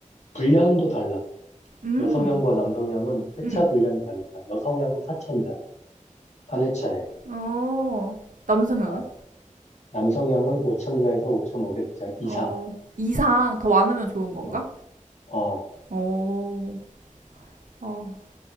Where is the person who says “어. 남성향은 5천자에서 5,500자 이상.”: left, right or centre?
Left